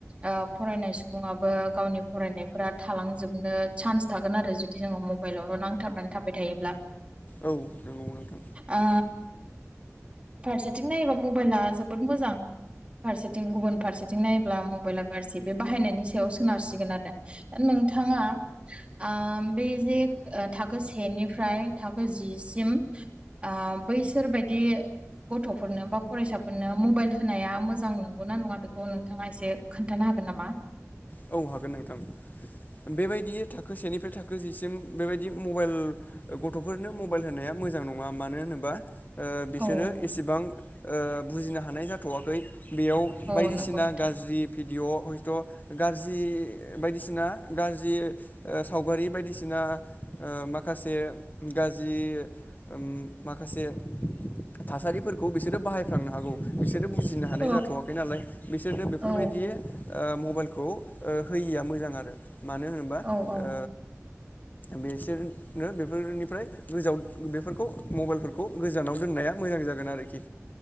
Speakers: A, on the right; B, on the left.
A: ओ फरायनाय सुबुङाबो गावनि फरायनायफोरा था लांजोबनो चान्स थागोन आरो जुदि जोङो मबाइलावल' नांथाबनानै थाबाय थायोब्ला
B: औ नंगौ नोंथां
A: ओ फारसेथिं नायोबा मबाइला जोबोद मोजां। फारसेथिं गुबुन फारसेथिं नायोब्ला मबाइला गाज्रि बे बाहायनायनि सायाव सोनारसिगोन आरो, दा नोंथां थाङा ओ बे जे थाखो सेनिफ्राय थाखो जिसिम ओ बैसोर बायदि गथ'फोरनो बा फरायसाफोरनो मबाइल होनाया मोजां मोजां नंगौना नङा बेखौ नोंथाङा एसे खोन्थानो हागोन नामा?
B: औ हागोन नोंथां बेबायदि थाखो सेनिफ्राय थाखो जिसिम बेबायदि मबाइल गथ'फोरनो मबाइल होनाया मोजां नङा मानो होनोबा ओ बिसोरो
A: औ
B: एसेबां ओ बुजिनो हानाय जाथ'वाखै। बेयाव
A: औ
B: बायदिसिना
A: नंगौ नोंथां
B: गाज्रि भिडिय' हयथ' गाज्रि बायदिसिना गाज्रि ओ सावगारि बायदिसिना ओ माखा से गाज्रि ओम माखासे थासारिफोरखौ बिसोरो बाहायफ्लांनो हागौ। बिसोरो बुजिनो
A: औ
B: हानाय जाथ'वाखै नालाय बिसोरनो बेफोरबायदि
A: औ
B: ओ मबाइल खौ ओ होयिया मोजां आरो, मानो होनोबा
A: औ औ
B: ओ बेसोरनो बेफोरनिफ्राय गोजाव बेफोरखौ मबाइलफोरखौ गोजानाव दोननाया मोजां। जागोन आरोखि।